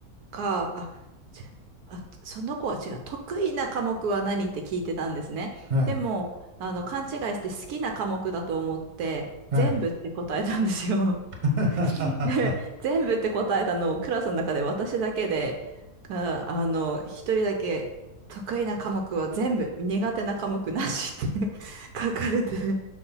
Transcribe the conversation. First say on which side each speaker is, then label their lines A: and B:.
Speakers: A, on the right; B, on the right.
A: か、あ、ちあ、その子は違う。得意な科目は何って聞いてたんですね。
B: はい、
A: でも、あの、勘違いして好きな科目だと思って、
B: はい。
A: 全部って答えたんですよ。
B: <laughs>
A: で、全部って答えたのをクラスの中で私だけで、が、あの、一人だけ得意な科目は全部、苦手な科目なしって <laughs> 書かれて